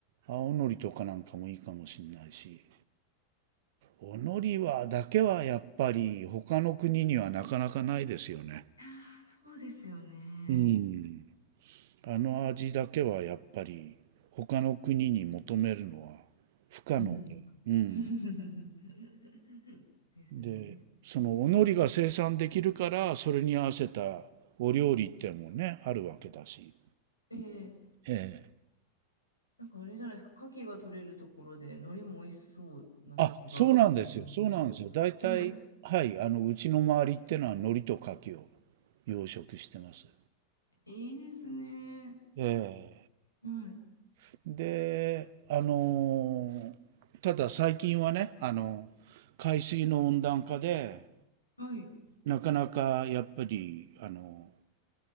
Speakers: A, on the right; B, on the left.
A: 青のりとかなんかもいいかもしれないし。お海苔は、だけはやっぱり他の国にはなかなかないですよね。
B: ああ、そうですよね。
A: うん。あの味だけはやっぱり他の国に求めるのは不可能で。
B: うん。
A: うん。
B: <laughs> ですね。
A: で、そのおのりが生産できるから、それに合わせたお料理っていうのもね、あるわけだし。
B: ええ
A: ええ。
B: なんかあれじゃないですか、牡蠣が取れるところで、海苔も美味しそうな気がしてるんですけど。
A: あ、そうなんですよ。そうなんですよ。大体、
B: はい。
A: はい、あの、うちの周りってのは海苔と牡蠣を養殖してます。
B: いいですね。
A: え
B: はい。
A: え。で、あのーただ最近はね、あの、海水の温暖化で、
B: はい。
A: なかなかやっぱりあの